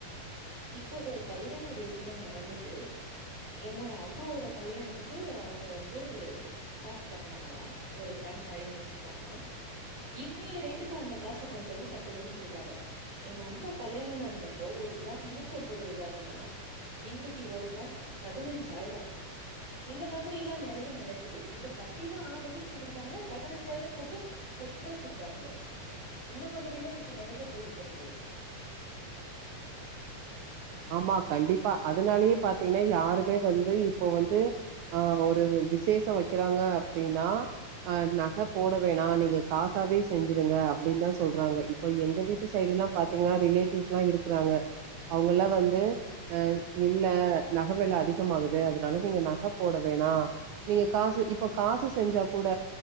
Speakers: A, on the right; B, on the right.
A: இப்போ ஒரு கல்யாணம் ரீசென்டா நடந்தது என்னோட அம்மாவோட கல்யாணத்துக்கு அவுங்க வந்து காஸ் கட்னாங்களா ஒரு கிராம் காயின் வச்சிருக்காங்க இன்னிய ரேட்டுக்கு அந்த காச கொண்டு வந்து கட்டுங்கன்னு சொல்றாங்க எங்க அம்மா கல்யாணம் நடந்தப்போ ஒரு கிராம் நூத்தம்பது ரூபா தானா இன்னிக்கி ஒரு கிராம் பதினஞ்சாயிரம் இந்த மாதிரியெல்லா நெறைய நடக்குது இத கட்டிதான் ஆகணுன் சொல்லிட்டாங்க பதினஞ்சாயிரம் போட்டு செய்யறத செஞ்சாங்க இந்த மாதிரிதான் இப்ப நெறைய போய்கிட்டு இருக்கு
B: ஆம்மா கண்டிப்பா அதனாலயே பாத்தீங்ன்னா யாருமே வந்து இப்போ வந்து ஆ ஒரு விசேஷம் வெக்கிறாங்க அப்டின்னா அ நக போட வேணாம் நீங்க காசாவே செஞ்சிருங்க அப்டின்னு தான் சொல்றாங்க இப்போ எங்க வீட்டு சைடெல்லாம் பாத்தீங்கன்னா ரிலேட்டிவ்ஸெல்லா இருக்குறாங்க அவ்ங் இப்பெல்லா வந்து ஆ இல்ல நக வெல அதிகமாகுது அதனால நீங்க நக போட வேணா நீங்க காசு இப்ப காசு செஞ்சா கூட